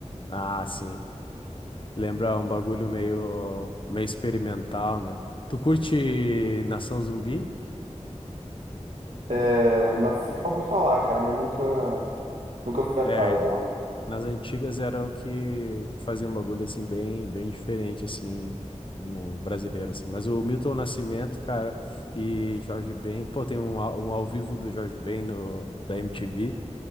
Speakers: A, on the left; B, on the right.
A: Ah, sim. Lembra um bagulho meio, meio experimental, né? Tu curte Nação Zumbi?
B: É, na- já ouvi falar, cara, mas nunca, nunca fui atrás,
A: É,
B: não.
A: nas antigas era o que que fazia um bagulho assim bem, bem diferente assim no brasileiro assim. Mas o Milton Nascimento, cara, e Jorge Ben, pô, tem um, ao- um ao vivo do Jorge Ben no da MTV.